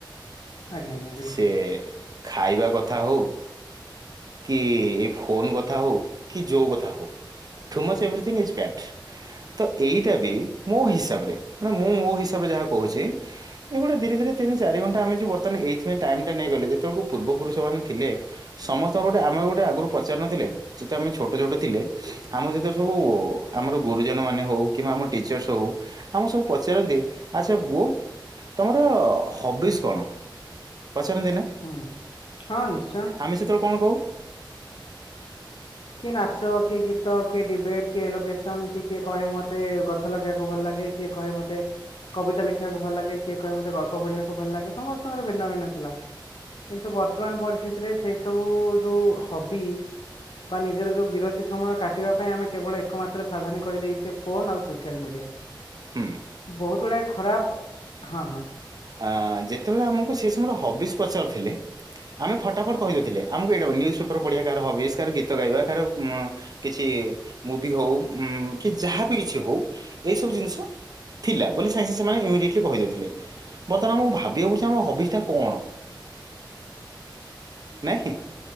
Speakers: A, on the left; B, on the right.
A: ଆଜ୍ଞା ଆଜ୍ଞା ବିଲକୁଲ।
B: ସେ। ଖାଇବା କଥା ହଉ କି ଏଇ ଫୋନ କଥା ହଉ କି ଯୋଉ କଥା ହଉ too much everything is bad. ତ ଏଇଟା ବି ମୋ ହିସାବରେ ମାନେ ମୁଁ ମୋ ହିସାବରେ ଯାହା କହୁଛି ଏଗୁଡ଼ା ଧୀରେଧୀରେ ତିନି ଚାରି ଘଣ୍ଟା ଆମେ ଯେଉଁ ବର୍ତ୍ତମାନ ଏଇଥି ପାଇଁ ଟାଇମ୍ ଟା ନେଇଗଲେ ଯେତେବେଳକୁ ପୂର୍ବପୁରୁଷମାନେ ଥିଲେ। ସମସ୍ତଙ୍କର ଗୋଟେ ଆମର ଗୋଟେ ଆଗରୁ ପଚାରିନଥିଲେ ଯେତେ ଆମେ ଛୋଟ ଛୋଟ ଥିଲେ। ଆମ ଯେତବେଳେ ସବୁ ଆମର ଗୁରୁଜନ ମାନେ ହଉ କିମ୍ବା ଆମ ଟିଚର୍ସ ହଉ। ଆଉ ମୁଁ ସବୁ ପଚାରନ୍ତି ଆଚ୍ଛା ପୁଅ ତମର ହବିସ୍ କଣ? ପଚରନ୍ତି ନା?
A: ହୁଁ ହଁ ନିଶ୍ଚୟ।
B: ଆମେ ସେତେବେଳେ କଣ କହୁ?
A: କିଏ ନାଚ କିଏ ଗୀତ କିଏ ଡିବେଟ୍ କିଏ ଲୋକେସନ କି କିଏ କହେ ମତେ ଗଛ ଗଛ ଲଗେଇକୁ ଭଲ ଲାଗେ କିଏ କହେ ମତେ କବିତା ଲେଖିବାକୁ ଭଲ ଲାଗେ କିଏ କହେ ମତେ ଗଳ୍ପ ପଢିବାକୁ ଭଲ ଲାଗେ ସମସ୍ତଙ୍କର ଭିନ୍ନ ଭିନ୍ନ ଥିଲା। କିନ୍ତୁ ବର୍ତ୍ତମାନ ପରିସ୍ଥିତିରେ ସେସବୁ ଯେଉଁ ହବି। ବା ନିଜର ଯୋଉ ବିରତି ସମୟ କାଟିବା ପାଇଁ ଆମେ କେବଳ ଏକମାତ୍ର ସାଧନ କରିଦେଇଛେ ଫୋନ ଆଉ ସୋସିଆଲ ମିଡିଆ।
B: ହୁଁ
A: ବହୁତ ଗୁଡାଏ ଖରାପ ହଁ ହଁ।
B: ଆ ଯେତେବେଳେ ଆମକୁ ସେ ସମୟରେ ହବିଜ ପଚାରୁଥିଲେ। ଆମେ ଫଟାଫଟ କହିଦେଉଥିଲେ ଆମକୁ ଏଇଟା ନ୍ୟୁଜ୍ ପେପର ପଢ଼ିବା କାହାର ହବିଜ କାହାର ଗୀତ ଗାଇବା କା କିଛି ମୁଭି ହଉ ଉ କି ଯାହାବି କିଛି ହଉ ଏଇ ସବୁ ଜିନିଷ ଥିଲା ବୋଲି ସାଙ୍ଗସାଙ୍ଗେ ସେମାନେ ଇମିଡିଏଟଲି କହିଦଉଥିଲେ। ବର୍ତ୍ତମାନ ମୁକୁ ଭାବିବାକୁ ପଡୁଛି ଆମ ହବିଜଟା କଣ ନାଇଁ?